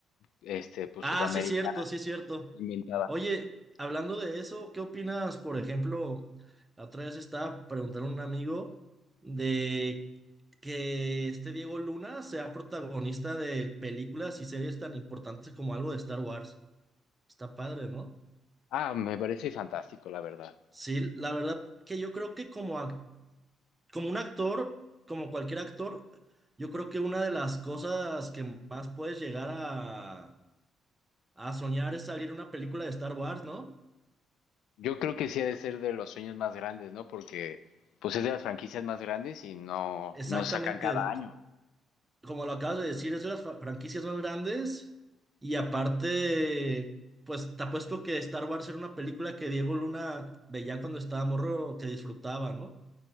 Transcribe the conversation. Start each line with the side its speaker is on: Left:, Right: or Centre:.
Left: este, pues
Right: Ah,
Left: sudamericana,
Right: sí es cierto, sí es cierto.
Left: inventada.
Right: Oye, hablando de eso, ¿qué opinas, por ejemplo, la otra vez estaba preguntando a un amigo de que este Diego Luna sea protagonista de películas y series tan importantes como algo de Star Wars? Está padre, ¿no?
Left: Ah, me parece fantástico, la verdad.
Right: Sí, la verdad que yo creo que como, ac- como un actor, como cualquier actor, yo creo que una de las cosas que más puedes llegar a, a soñar es salir en una película de Star Wars, ¿no?
Left: Yo creo que sí ha de ser de los sueños más grandes, ¿no? Porque, pues es de las franquicias más grandes y no,
Right: Exactamente,
Left: no sacan cada año.
Right: co- como lo acabas de decir, es de las fra- franquicias más grandes y aparte, pues te apuesto que Star Wars era una película que Diego Luna veía cuando estaba morro, que disfrutaba, ¿no?